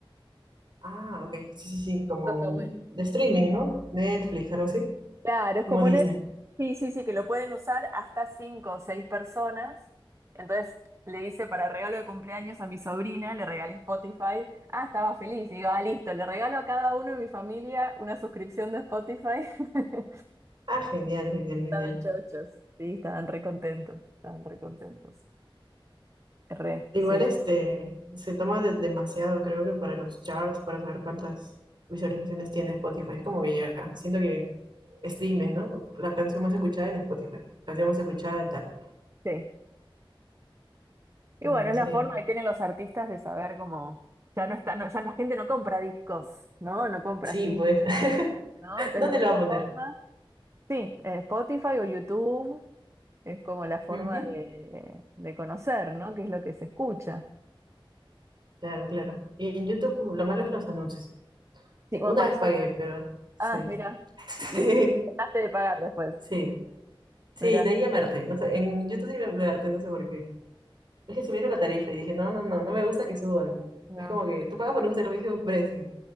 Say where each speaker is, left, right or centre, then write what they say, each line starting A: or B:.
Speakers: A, on the right; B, on the right.
A: Ah, ok. Sí, sí, sí. Como
B: Eso Está
A: un-
B: bueno.
A: de streaming, ¿no? Netflix, algo así.
B: Claro, es
A: Como
B: como
A: Disney.
B: un... Sí, sí, sí, que lo pueden usar hasta cinco o seis personas. Entonces le hice para regalo de cumpleaños a mi sobrina, le regalé Spotify. Ah, estaba feliz. Digo, ah, listo, le regalo a cada uno de mi familia una suscripción de Spotify. <laughs>
A: Ah, genial, genial, genial.
B: Estaban chochos. Sí, estaban re contentos, estaban re contentos. Re,
A: Igual
B: sí.
A: este se toma de- demasiado, creo que para los charts, para saber cuántas visualizaciones tiene Spotify. Es como que ya siento que streames, ¿no? La canción más escuchada en Spotify. Canción más escuchada en tal.
B: Sí. Y
A: Bueno,
B: bueno, es
A: sería.
B: la forma que tienen los artistas de saber cómo ya no está, no, ya la gente no compra discos, ¿no? No compra
A: Sí,
B: así,
A: pues. <laughs>
B: ¿no? Entonces
A: ¿Dónde
B: la única
A: lo va a poner?
B: forma Sí, eh, Spotify o YouTube es como la forma
A: Ujú,
B: de, de conocer, ¿no? ¿Qué es lo que se escucha?
A: Claro, claro. Y en YouTube lo malo es los anuncios.
B: Sí, bueno,
A: Una
B: para
A: vez
B: eso...
A: pagué, pero sí.
B: Ah, mira,
A: <laughs>
B: y
A: Sí,
B: y dejaste de pagar después.
A: sí, sí,
B: Mira,
A: de ahí a Merte no sé, en YouTube sí me, me harté, no sé por qué. Es que subieron la tarifa y dije, no, no, no, no me gusta que suban.
B: no.
A: Es como que tú pagas por un servicio a un precio.